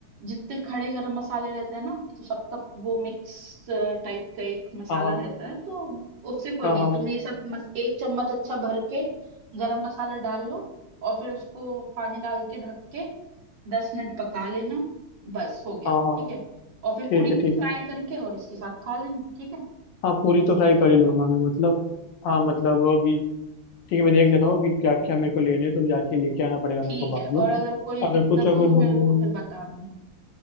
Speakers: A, on the right (about 60°); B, on the left (about 65°).
A: जितने खड़े गरम मसाले रहते हैं ना तो सबका वो मिक्स टाइप का एक मसाला
B: हाँ हाँ
A: रहता है तो उससे कोई
B: हाँ
A: नहीं
B: हाँ
A: तुम ये सब मस, एक चम्मच अच्छा भर के गरम मसाला डाल लो और फिर उसको पानी डाल के ढक के दस मिनट पका लेना बस हो गया
B: हाँ हाँ
A: ठीक है और फिर
B: ठीक
A: पूरी
B: है ठीक
A: फ्राई करके और इसके साथ खा लेना ठीक है
B: हाँ पूरी तो फ्राई कर ही लूंगा मैं मतलब हाँ मतलब अभी ठीक है मैं देख लेता हूँ अभी क्या क्या मेरे को लेने हैं तो जाके लेके आना पड़ेगा
A: ठीक
B: मेरे को बाद
A: है
B: में
A: और अगर कोई
B: अगर
A: दिक्कत
B: कुछ अगर
A: हो तो मेरे
B: हो तो
A: को
B: हम्म,
A: फिर बता देना